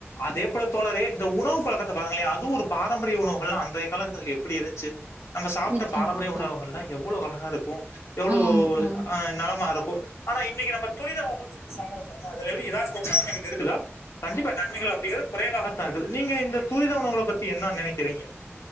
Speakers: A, on the left; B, on the right.
A: அதே போல தோழரே இந்த உணவு பழக்கத்த பாருங்களே அது ஒரு பாரம்பரிய உணவுகல்லா அன்றைய காலத்தில எப்டி இருன்ச்சு நம்ம சாப்ட்ட
B: நிச்சயமாப்பா
A: பாரம்பரிய உணவுகள்லா எவ்ளோ அழகா இருக்கு எவ்ளோ
B: ம் ம்
A: அ நலமா இருக்கு ஆனா இன்னைக்கு நம்ம துரித உணவகம்னு சொல்லி சாப்பரம் பாத்திங்கள அதுல ஏதாச்ச ஒரு நன்மைகள் இருக்குதா கண்டிப்பா நன்மைகள் அப்டிங்கறது குறைவாகத்தா இருக்குது நீங்க இந்த தூரித உணவுகள பத்தி என்ன நினைக்கிறீங்க